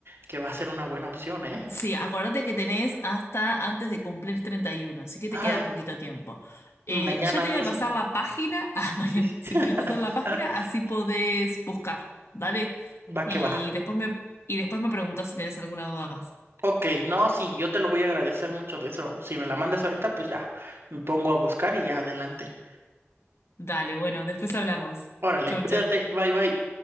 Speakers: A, on the right (about 65°); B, on the left (about 75°).
A: que va a ser una buena opción, ¿eh?
B: Sí, acuérdate que tenés hasta antes de cumplir 31, así que te
A: Ay,
B: queda poquito tiempo.
A: mañana
B: Eh, ya te
A: mismo.
B: voy a pasar la página, <laughs> ah, mañana,
A: Sí, sí.
B: sí,
A: <laughs>
B: te voy a pasar la página, así podés buscar, vale.
A: Va
B: Y
A: que va.
B: después me, y después me preguntás si tenés alguna duda más.
A: Ok, no, sí, yo te lo voy a agradecer mucho de eso. Si me la mandas ahorita, pues ya, me pongo a buscar y ya adelante.
B: Dale, bueno, después hablamos.
A: Órale,
B: Chau,
A: cuídate,
B: chau.
A: bye bye.